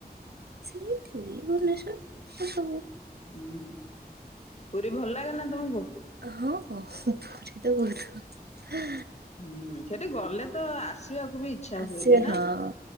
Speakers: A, on the right; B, on the left.
A: ସିଏ ଥିଲେ ଭୁବନେଶ୍ଵର ଏ ସବୁ
B: ହୁଁ ପୁରୀ ଭଲ ଲାଗେ ନା ତମୁକୁ?
A: ହଁ ବୋହୁତ ପୁରୀ ତ ବୋହୁତ ଭ
B: ହୁଁ ସେଠି ଗଲେ ତ ଆସିବାକୁ ବି ଇଚ୍ଛା
A: ଆସେ
B: ହୁଏନି ନା?
A: ହଁ।